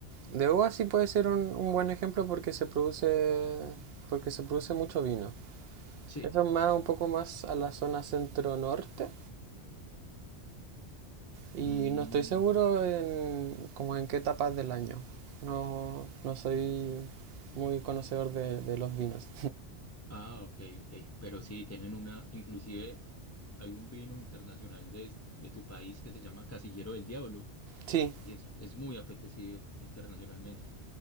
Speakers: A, on the right (about 65°); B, on the left (about 20°).
A: de uva sí puede ser un, un buen ejemplo porque se produce, porque se produce mucho vino.
B: Sí.
A: Eso es más un poco más a la zona centro-norte, Y
B: Mm,
A: no estoy seguro en, como en qué etapas del año. No, no soy muy conocedor de, de los vinos.
B: ah, ok, ok. Pero sí, tienen una, inclusive hay un vino internacional de, de tu país que se llama Casillero del Diablo
A: Sí,
B: y es, es muy apetecido internacionalmente.